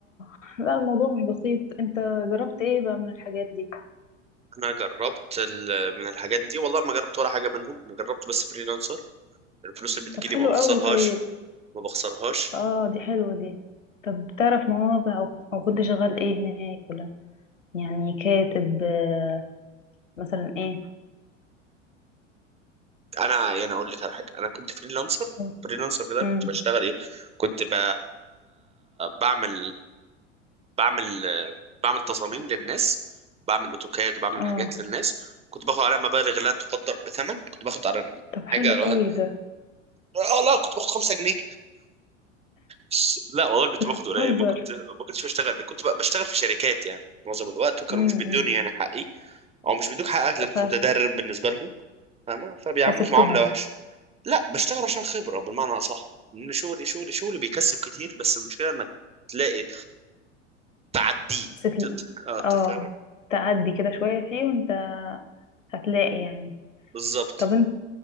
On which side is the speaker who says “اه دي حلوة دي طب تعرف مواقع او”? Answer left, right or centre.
Left